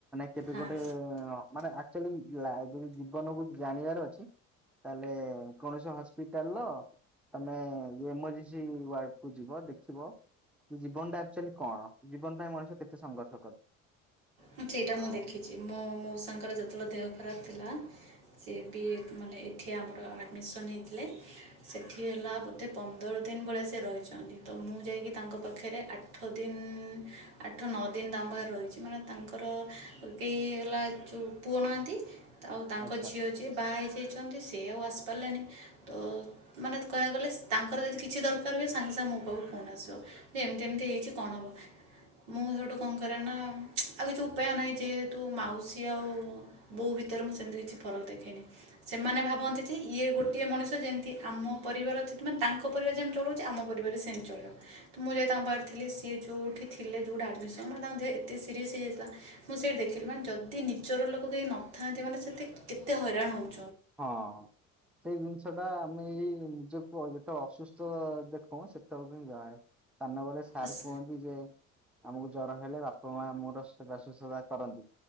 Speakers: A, in the centre; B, on the right (about 65°).
A: କିନ୍ତୁ
B: ହଁ
A: ଗୋଟେ ଏଁ ଅଁ ମାନେ ଆକଚୋଲି ଲାଆ ଯେମିତି ଜୀବନକୁ ଜାଣିବାର ଅଛି ତାହେଲେ କୌଣସି ହସ୍ପିଟାଲ ଆମେ ଯୋଉ ଏମରଜେନ୍ସି ୱାର୍ଡକୁୁ ଯିବ ଦେଖିବ ଜୀବନ ଟା ଆକ୍ଚୁଆଲି କ'ଣ? ଜୀବନ୍ ପାଇଁ ମଣିଷ କେତେ ସଂଘର୍ଷ
B: ହଁ ସେଇଟା ମୁଁ
A: ଆଉ
B: ଦେଖିଚି ମୋ ମୋଉସାଙ୍କର ଯେତେବେଳେ ଦେହ ଖରାପ ଥିଲା ସିଏ ବି ଏତ୍ ମାନେ ଏଠି ଆମର ଆଡ଼ମିସନ ହେଇଥିଲେ। ସେଠି ହେଲା ବୋଧେ ପନ୍ଦର ଦିନ ଭଳିଆ ସେ ରହିଚନ୍ତି ତ ମୁଁ ଯାଇଁକି ତାଙ୍କ ପାଖରେ ଆ ଆଠ ଦିନ ଆଠ ନଅ ଦିନ ତାଙ୍କ ପାଖରେ ରହିଚି ମାନେ ତାଙ୍କ ତାଙ୍କର ବି ହେଲା ଯୋଉ ପୁଅ ନାହାନ୍ତି ତା ଆଉ ତାଙ୍କ
A: ଆଚ୍ଛା
B: ଝିଅ ଯି ଯିଏ ବାହା ହେଇଯାଇଚନ୍ତି ସେ ଆଉ ଆସିପାରଲାନି ତ ମାନେ ତ କହିବାକୁ ଗଲେ ସ୍ ତାଙ୍କର ଯଦି କିଛି ଦରକାର ହୁଏ ସାଙ୍ଗେ ସାଙ୍ଗେ ମୋ ପାଖକୁ ଫୋନ୍ ଆସିବ। ହେ ଏମତି ଏମତି ହେଇଚି କଣ ହବ ମୁଁ ହେଠୁ କଣ କରେ ନା ଆଉ କିଛି ଉପାୟ ନାହିଁ ଯେହେତୁ ମାଉସୀ ଆଉ ବୋଉ ଭିତରେ ମୁଁ ସେମିତି କିଛି ଫରକ ଦେଖେନି। ସେମାନେ ଭାବନ୍ତି ଯେ ଇଏ ଗୋଟିଏ ମଣିଷ ଯେମତି ଆମ ପରିବାର ଯେ ମାନେ ତାଙ୍କ ପରିବାର ଯେମିତି ଚଳୁଚି ଆମ ପରିବାର ବି ସେମିତି ଚଳିବ। ମୁଁ ଯାଇ ତାଙ୍କ ପାଖରି ଥିଲେ ସିଏ ଯୋଉଠି ଥିଲେ ଯୋଉଟା ଆଡମିସନ ମାନେ ତାଙ୍କ ଦେହ ଏତେ ସିରି ଏସ୍ ହେଇଯାଇଥିଲା ମୁଁ ସେଇଠି ଦେଖିଲି ମାନେ ଯଦି ନିଜର ଲୋକ କେହି ନଥାନ୍ତି ମାନେ ସେଠି କେତେ ହଇରାଣ ହୋବୁ।
A: ହଁ। ସେଇ ଜିନିଷଟା ଆମେ ଏଇ ନିଜକୁ ଅ ଯେତେ ଅସୁସ୍ଥ ଦେଖୋଉଁ ସେତଳକୁ ହିଁ ଯାଏ। ସାନ ବଡ ସ୍ ସାର୍
B: ଆସ୍
A: କୁହନ୍ତି ଯେ ଆମୁକୁ ଜର ହେଲେ ବାପା ମାଆ ଆମର ସେବା ଶୁଶ୍ରାସା କରନ୍ତି।